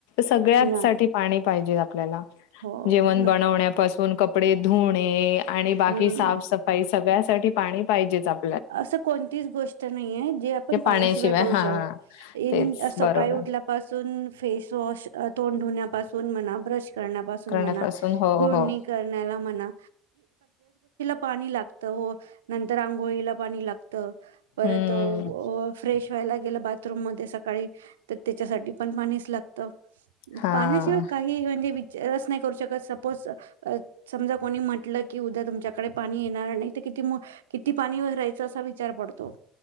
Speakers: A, on the left (about 65°); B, on the right (about 70°).
A: सगळ्यासाटी
B: नाही
A: पाणी पाहिजे. आपल्याला
B: हो
A: जेवण बनवण्यापासून
B: नक्की.
A: कपडे धुणे आणि बाकी
B: हम्म.
A: साफसफाई सगळ्यासाठी पाणी पाहिजेच आप
B: असं कोणतीच गोष्ट नाहीये, जे आपण
A: म्हणजे
B: पाण्याशिवाय करू
A: हां,
B: शकत. इ
A: तेच
B: सकाळी
A: बरोबर.
B: उठल्यापासून फेसवॉश तोंड धुण्यापासून म्हणा ब्रश करण्यापासून
A: करण्यापासून
B: म्हणा,
A: हो,
B: गुळणी
A: हो.
B: करण्याला म्हणा पानी लागत, हो नंतर आंघोळीला पाणी लागत, परत्
A: हं,
B: अ फ्रेश ठेवायला गेलं. बाथरूम मध्ये सकाळी तर त्याच्यासाठी पण पाणीच लागत.
A: हां.
B: पाण्याशिवाय काही ही म्हणजे ते रस नाही करू शकत, सपोज समजा कोणी म्हटलं की, उद्या तुमच्याकडे पाणी येणार नाही, तर किती ती, किती पाणी भरायच, असा विचार पडतो.